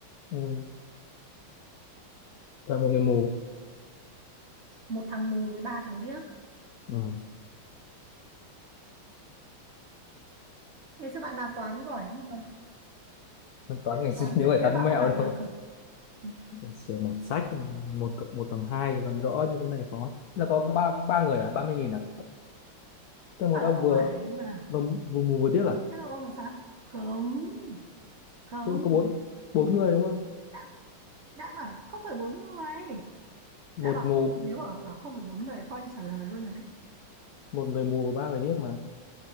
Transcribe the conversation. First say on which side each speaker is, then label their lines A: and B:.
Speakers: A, on the left; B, on the right.
A: ừ. và một người mù
B: một thằng mù với ba thằng điếc
A: ừ.
B: ngày xưa bạn làm toán giỏi lắm cơ mà
A: <laughs> toán ngày xưa
B: toán
A: nhớ
B: dễ
A: phải
B: thế
A: tán
B: bạn
A: mẹo
B: không làm
A: đâu
B: được à Ừ.
A: sửa một sách một cộng một bằng hai thì còn rõ như cái này có là có ba ba người à ba mươi nghìn à tức là một
B: bảo
A: ông
B: là không
A: vừa
B: phải mà
A: vừa, vừa mù vừa điếc à
B: thế là ông làm sao không không
A: tức là có bốn bốn người đúng không
B: đã đã bảo là không phải bốn người
A: một
B: đã bảo
A: mù
B: không nếu bảo bảo không phải bốn người là coi như trả lời luôn rồi đấy
A: một người mù và ba người điếc mà